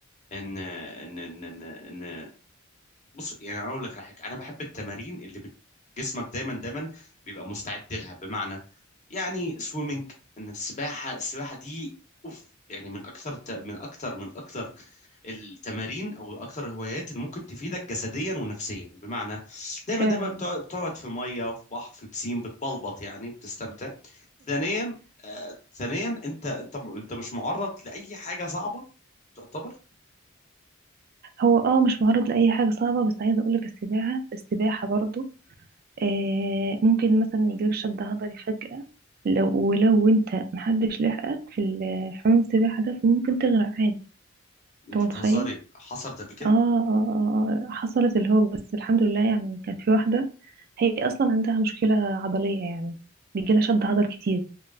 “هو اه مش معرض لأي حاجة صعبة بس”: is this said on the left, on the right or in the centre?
Right